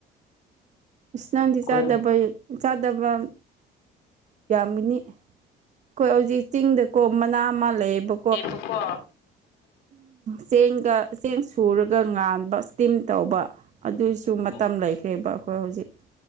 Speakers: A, on the right; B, on the left.
A: ꯏꯁ ꯅꯪꯗꯤ
B: ꯑꯩꯈꯣꯏ
A: ꯆꯥꯗꯕꯩ ꯆꯥꯗꯕꯝ ꯌꯥꯝꯒꯅꯤ ꯑꯩꯈꯣꯏ ꯍꯧꯖꯤꯛ ꯆꯤꯡꯗ ꯀꯣꯝ ꯃꯅꯥ ꯑꯃ ꯂꯩꯌꯦꯕ
B: ꯑꯩ ꯄꯀꯣ
A: ꯆꯦꯡꯒ ꯆꯦꯡ ꯁꯨꯔꯒ ꯉꯥꯟꯕ ꯏꯁꯇꯤꯝ ꯇꯧꯕ ꯑꯗꯨ ꯁꯨ
B: ꯎꯝ
A: ꯃꯇꯝ ꯂꯩꯈ꯭ꯔꯦꯕ ꯑꯩꯈꯣꯏ ꯍꯧꯖꯤꯛ